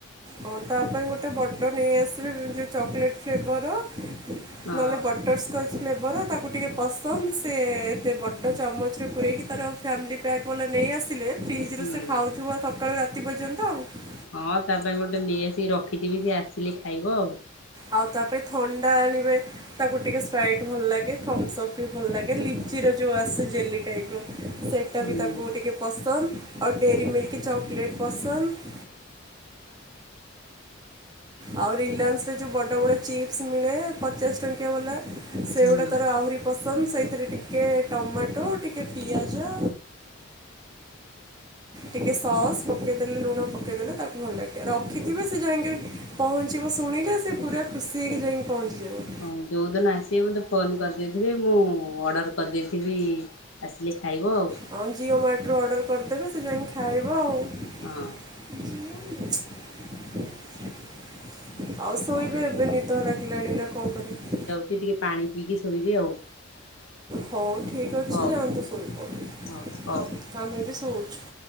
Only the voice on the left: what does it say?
ହଁ
ହୁଁ।
ହଁ ତା ପାଇଁ ଗୋଟେ ନେଇ ଆସିକି ରଖିଥିବି ସେ ଆସିଲେ ଖାଇବ ଆଉ।
ହୁଁ
ହୁଁ।
ହଁ
ହଉ ଯେଉଁଦିନ ଆସିବେ ମୋତେ ଫୋନ୍ କରିଦେଇଥିବେ ମୁଁ ଅର୍ଡ଼ର କରିଦେଇଥିବି। ଆସିଲେ ଖାଇବ ଆଉ।
ହଁ।
ହଉ।
ସେ ଟିକେ ପାଣି ପିଇକି ଶୋଇବି ଆଉ।
ହଉ
ହଉ ହଉ।